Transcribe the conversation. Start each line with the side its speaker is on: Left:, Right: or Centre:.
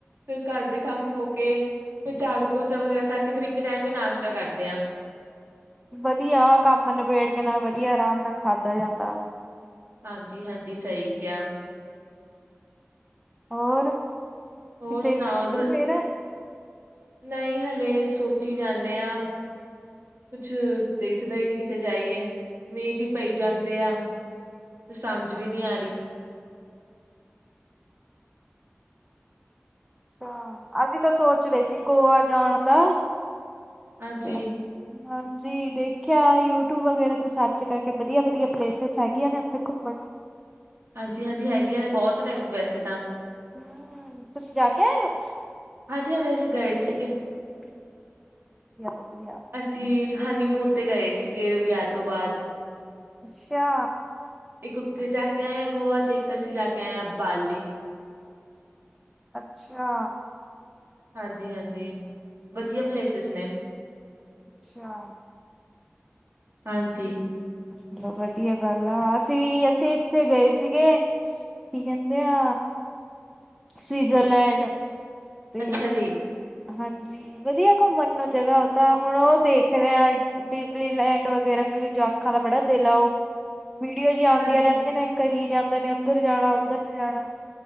Right: ਫਿਰ ਘਰ ਦੇ ਕੰਮ ਹੋ ਕੇ, ਫਿਰ ਝਾੜੂ ਪੋਚਾ ਵਗੈਰਾ, ਕਰਕੇ ਫਿਰ ਇੱਕ ਟਾਈਮ ਹੀ,, ਨਾਸ਼ਤਾ ਕਰਦੇ ਆਂ
Centre: ਵਧੀਆ, ਕੰਮ ਨਿਬੇੜ ਕੇ ਨਾਲ ਵਧੀਆ ਆਰਾਮ, ਨਾਲ ਖਾਧਾ ਜਾਂਦਾ
Right: ਹਾਂਜੀ-ਹਾਂਜੀ, ਸਹੀ ਕਿਹਾ
Centre: ਹੋਰ ਕਿਤੇ
Right: ਹੋਰ ਸੁਣਾਉ?
Centre: ਗਏ ਨੀ
Right: ਠੁ
Centre: ਫੇਰ?
Right: ਨਹੀਂ ਹਾਲੇ ਸੋਚੀ ਜਾਂਣੇ ਆ ਕੁੱਛ ਦੇਖਦਾ ਹੀ ਨਈ ਕਿ ਤੇ ਜਾਈਏ, ਮੀਂਹ ਵੀ ਪਈ ਜਾਂਦੇ ਆ, ਤੇ ਸਮਝ ਵੀ ਨਹੀ ਆ ਰਹੀ
Centre: ਹਾਂ, ਅਸੀਂ ਤਾਂ ਸੋਚ ਰਹੇ ਸੀ। ਗੋਆ ਜਾਣ ਦਾ
Right: ਹਾਂਜੀ,
Centre: ਤੇ <unintelligible> ਹਾਂਜੀ ਦੇਖੇਆ ਯੂਟੂਊਬ ਵਗੈਰਾ ਤੇ ਸਰਚ ਕਰਕੇ ਵਦੀਆ-ਵਦੀਆ ਪਲੇਸਿਸ ਹੈਗੀਆਂ ਨੇ ਓਥੇ ਘੁੰਮਣ ਨੂੰ।
Right: ਹਾਂਜੀ-ਹਾਜੀ ਹੈਗੀਆਂ ਨੇ ਬੌਤ ਨੇ ਵੈਸੇ ਤਾਂ।
Centre: ਹੂੰ। ਤੁਸੀਂ ਜਾ ਕੇ ਆਏ ਹੋ?
Right: ਹਾਂਜੀ-ਹਾਂਜੀ ਅਸੀਂ ਗਾਏ ਸੀਗੇ।
Centre: <unintelligible> ਵਦੀਆ-ਵਦੀਆ
Right: ਅਸੀਂ ਹਨੀ ਮੂਨ ਤੇ ਗਏ ਸੀਗੇ ਵੇਆ ਤੋਂ ਬਾਦ।
Centre: ਅੱਛਾ।
Right: ਇੱਕ ਉੱਥੇ ਜਾ ਕੇ ਆਏ ਆਂ ਗੋਆ ਤੇ ਇੱਕ ਅਸੀਂ ਜਾ ਕੇ ਆਏ ਆਂ ਬਾਲੀ।
Centre: ਅੱਛਾ।
Right: ਹਾਂਜੀ-ਹਾਂਜੀ ਵਦੀਆ ਪਲੇਸਿਸ ਨੇ।
Centre: ਅੱਛਾ।
Right: ਹਾਂਜੀ।
Centre: ਚਲੋ ਵਦੀਆ ਗੱਲ ਆ ਅਸੀਂ ਵੀ ਅਸੀਂ ਈਥੇ ਗਏ ਸੀਗੇ। ਕੀ ਕੈਂਦੇ ਆ ਸਵੀਜ਼ਰਲੈਂਡ ਤੇ
Right: ਅੱਛਾ ਜੀ,
Centre: ਹਾਂਜੀ ਵਦੀਆ ਘੁੰਮਣ ਨੂੰ ਜਗਾ ਓਤਾਂ ਹੁਣ ਓ ਦੇਖਦੇ ਆਂ ਡਿਜਲੀ ਲੈਂਡ ਵਗੈਰਾ ਕੋ ਕੀ ਯੋਆਖਾਂ ਦਾ ਬੜਾ ਦਿਲ ਆ ਓ ਵੀਡੀਓਜ਼ ਆਉਦੀਆਂ
Right: ਹਾਂਜੀ,
Centre: ਰੈੱਦੀਆਂ ਨੇ ਕਹੀ ਜਾਂਦੇ ਨੇ ਓਦਰ ਜਾਣਾ ਓਦਰ ਨੂੰ ਜਾਣਾ